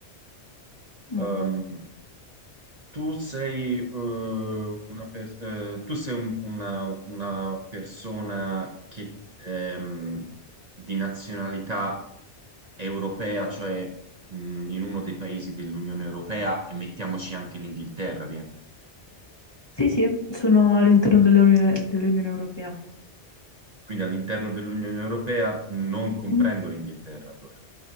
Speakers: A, on the left; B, on the right.
A: Mm.
B: Ehm, tu sei, eh, una, per- eh, tu sei un- una, una persona che, ehm, di nazionalità europea, cioè, mh, in uno dei paesi dell'Unione Europea, e mettiamoci anche l'Inghilterra, via.
A: Sì, sì, sono all'interno dell'Unione dell'Unione Europea.
B: Quindi all'interno dell'Unione Europea non
A: Mhm.
B: comprendo l'Inghilterra, allora.